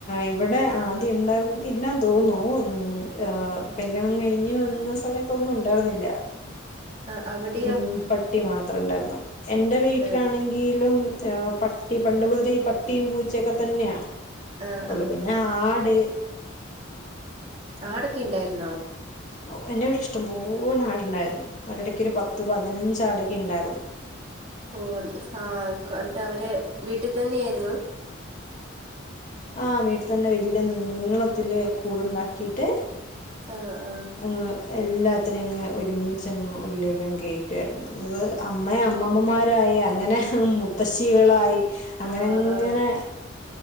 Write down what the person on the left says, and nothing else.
ഇവിടെ ആദ്യം ഉണ്ടായിരുന്നു ഇല്ലാന്ന് തോന്നു ഉം ആഹ് കല്യാണം കഴിഞ്ഞു വന്ന സമയത്തൊന്നും ഉണ്ടാവുന്നില്ല
ഉം പട്ടി മാത്രം ഇണ്ടായിരുന്നു. എന്റെ വീട്ടിലാണെങ്കിലും
ആ പട്ടി പണ്ട് മുതലേ ഈ പട്ടിയും പൂച്ചയൊക്കെ തന്ന്യെ
ഒള്ളു
പിന്നെ ആട്
ഓ എൻ്റെ വീട്ടിലിഷ്ടം പോലെ ആടുണ്ടായിരുന്നു. ഒരിടയ്ക്കൊരു പത്ത് പതിനഞ്ച് ആടൊക്കെ ഉണ്ടായിരുന്നു.
ആ വീട്ടിൽ തന്നെ വല്ല്യ നീളത്തിൽ കൂടുണ്ടാക്കിയിട്ട്
അങ്ങ് എല്ലാത്തിനും അങ്ങ് ഒരുമിച്ചങ്ങ് ഉള്ളിലേക്കങ് കേറ്റ്വോയിരുന്നു അത് അമ്മ അമ്മമ്മമാരായി അങ്ങനെ മുത്തശ്ശികളായി അങ്ങനെങ്ങനെ